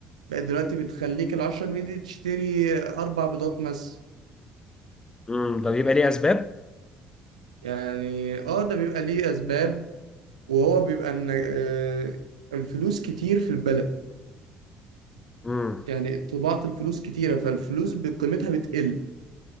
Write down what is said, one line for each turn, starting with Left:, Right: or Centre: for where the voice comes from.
Right: بقت دلوقتي بتخليك العشرة جنيه دي تشتري أربع بيضات مثلا
Left: امم ده بيبقى ليه اسباب
Right: يعني اه ده بيبقى ليه أسباب وهو بيبقى إن آه، الفلوس كتير في البلد
Left: امم
Right: يعني طباعة الفلوس كتيرة فالفلوس بقيمتها بتقل